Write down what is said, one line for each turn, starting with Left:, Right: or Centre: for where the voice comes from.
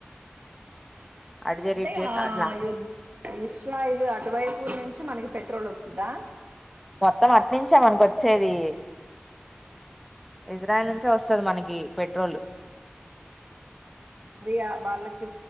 Centre: అటు జరి
Right: అంటే
Centre: ఇటు జరి
Right: ఆ
Centre: అట్లా
Right: ద్ ఇస్లాయిల్ అటువైపు నుంచి మనకి పెట్రోల్ వచ్చిందా
Centre: మొత్తం అట్నుంచె మనకొచ్చేది ఇజ్రాయల్ నుంచే వస్తుంది మనకి పెట్రోలు
Right: అరియా వాళ్ళకి